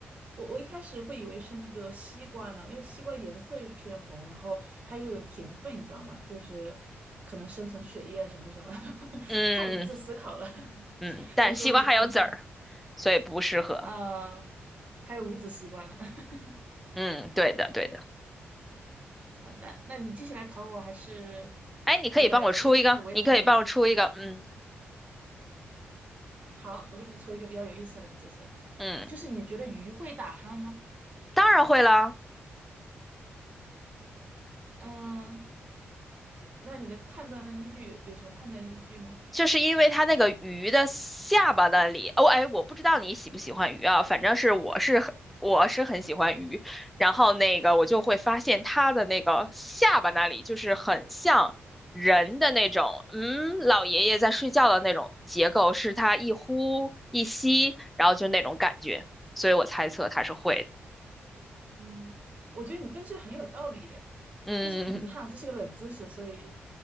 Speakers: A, on the right; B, in the centre.
A: 我我一开始会以为是那个西瓜呢，因为西瓜颜色又是偏红，然后它又有甜分，你知道吗？就是可能生成血液啊什么什么，<laughs>
B: 嗯
A: 太理智思考了，<laughs>
B: 嗯，但是西瓜还有籽儿，
A: 都说的是偏僻的，
B: 所以不适合。
A: 呃，还有无籽西瓜呢。<laughs>
B: 嗯，对的对的。
A: 好的，那你接下来考我，还是
B: 哎，你可以帮我出一个，
A: 我也来出一个为难你一下。
B: 你可以帮我出一个，嗯
A: 好，我给你出一个比较有意思的冷知识，
B: 嗯，
A: 就是你觉得鱼会打鼾吗？
B: 当然会啦，
A: 嗯，那你的判断依据有有什么判断依据吗？
B: 就是因为它那个鱼的下巴那里，哦，哎，我不知道你喜不喜欢鱼啊，反正是我是很我是很喜欢鱼，然后那个我就会发现它的那个下巴那里就是很像人的那种，嗯，老爷爷在睡觉的那种结构，是它一呼一吸，然后就那种感觉，所以我猜测它是会的，
A: 嗯，我觉得你分析的很有道理耶，
B: 嗯，
A: 但是很遗憾，这是个冷知识，所以